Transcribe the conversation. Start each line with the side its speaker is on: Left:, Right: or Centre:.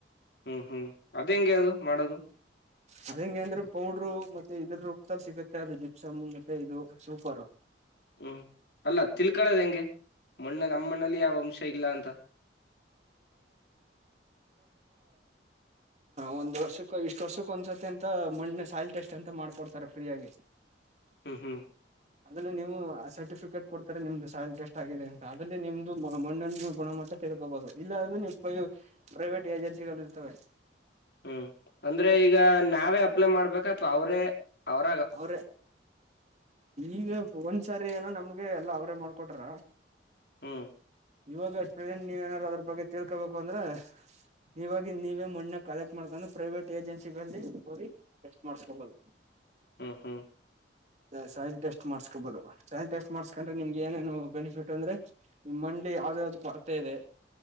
Left: ಹ್ಮ್ ಹ್ಮ್ ಅದ್ ಹೆಂಗಗೆ ಅದು ಮಾಡದು.
Right: ಅದ ಹೆಂಗಗೆ ಅಂದ್ರೆ ಪೌಡ್ರು ಮತ್ತೆ ಇದ್ರೊಪ್ತಲ್ ಸಿಗುತ್ತೆ ಅದ ಜೊತೆ ಸಮ್ಮು ಮತ್ತೆ ಇದು ಸೂಪರ್ರು.
Left: ಹ್ಮ್ ಅಲ್ಲ ತಿಳ್ಕಳದ ಹೆಂಗೆ ಮಣ್ಣ ನಮ್ಮಣ್ಣಲ್ಲಿ ಯಾವ್ ಅಂಶ ಇಲ್ಲ ಅಂತ.
Right: ಒಂದ ವರ್ಕ್ಕ ಇಷ್ಟ ವರ್ಷಕ್ಕ ಒಂದ್ಸತಿ ಅಂತ ಮಣ್ಣ ಸಾಯಲ್ ಟೆಸ್ಟ್ ಅಂತ ಮಾಡ್ಕೊಡ್ತಾರೆ ಫ್ರೀ ಆಗಿ
Left: ಹ್ಮ್ ಹ್ಮ್.
Right: ಅದ್ರಲ್ಲಿ ನೀವು ಸರ್ಟಿಫಿಕೇಟ್ ಕೊಡ್ತಾರೆ ನಿಮ್ದು ಸಾಯ ಎಷ್ಟ ಆಗಿದೆ ಅಂತ ಅದ್ರ ನಿಮ್ದು ಮಣ್ಣ ಗುಣಮಟ್ಟ ತಿಳ್ಕೋಬಹುದು ಇಲ್ಲಾಂದ್ರೆ ಇ ಪ ಪ್ರೈವೇಟ್ ಏಜೆನ್ಸಿಗಳು ಇರ್ತವೆ.
Left: ಹ್ಮ್ ಅಂದ್ರೆ ಈಗ ನಾವೇ ಅಪ್ಲೈ ಮಾಡ್ಬೇಕತ್ ಅಥ್ವಾ ಅವರೇ ಅವರ
Right: ಅವ್ರೆ ಈಗ ಒಂದ್ಸರಿ ಏನೋ ನಮ್ಗೆ ಎಲ್ಲ ಅವ್ರೇ ಮಾಡ್ಕೊಟ್ರ
Left: ಹ್ಮ
Right: ಇವಾಗ ಅಟ್ ಪ್ರೆಸೆಂಟ್ ನೀವ್ ಏನಾದಾರು ಅದ್ರ ಬಗ್ಗೆ ತಿಳ್ಕೋಬೇಕು ಅಂದ್ರೆ ನೀವಾಗಿ ನೀವೇ ಮಣ್ಣ ಕಲೆಕ್ಟ್ ಮಾಡ್ಕೊಂಡು ಪ್ರೈವೇಟ್ ಏಜೆನ್ಸಿಗಳಲ್ಲಿ ಹೋಗಿ ಟೆಸ್ಟ್ ಮಾಡಸ್ಕೊಬಹುದು
Left: ಹ್ಮ ಹಾ
Right: ಸಾಯಿಲ್ ಟೆಸ್ಟ್ ಮಾಡ್ಸ್ಕೋಬಹುದು ಸಾಯಿಲ್ ಟೆಸ್ಟ್ ಮಾಡ್ಸ್ಕೊಂಡ್ರೆ ನಿಮ್ಗೆ ಏನೇನು ಬೆನಿಫಿಟ್ ಅಂದ್ರೆ ನಿಮ್ಮ ಮನ್ಲಿ ಯಾವ್ದ್ ಯಾವ್ದ್ ಕೊರತೆ ಇದೆ